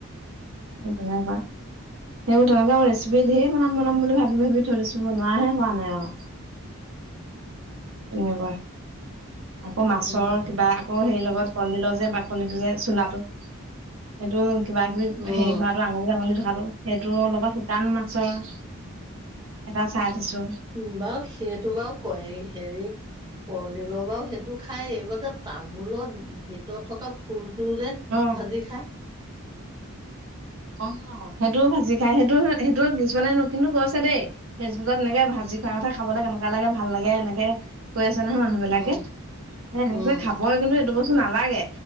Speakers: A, on the right (about 65°); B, on the right (about 20°).
A: তেনেকুৱা <unintelligible> সেইবোৰ তেনেকুৱা মোৰ ৰেচিপি ঢেৰ বনাম বনাম বুলি ভাবি ভাবি থৈ দিছো বনোৱাহে হোৱা নাই আৰু। তেনেকুৱা আকৌ মাছৰ
B: উম
A: কিবা আকৌ সেই লগত। কলডিল ল যে বাকলিটো যে চোলাটো সেইটো কিবা কিবি
B: উম
A: হেৰি হাতটো আঙুলি আঙুলি ধ <unintelligible> সেইটো লগত শুকান মাছৰ এটা চাই থৈছো
B: উ বাৰু সেইটো বাৰু ক হেৰি কল দিল বাৰু। সেইটো খাই এইবাৰ যে তামোলৰ ভিতৰত থকা ফুল। তোৰ যে
A: অ
B: ভাজি খাই। <inaudible>
A: অ সেইটো ভাজি খাই সেইটো সেইটো কিছুমানে কিন্তু গৈছে দেই ফেচবুকত এনেকে ভাজি খোৱাৰ কথা খাবলৈ কেনেকুৱা লাগে ভাল লাগে এনেকে। কৈ আছে নহয় মানুহ বিলাকে
B: উম
A: এ এনেকৈ
B: উম,
A: খাবই কিন্তু এইটো বস্ত নালাগে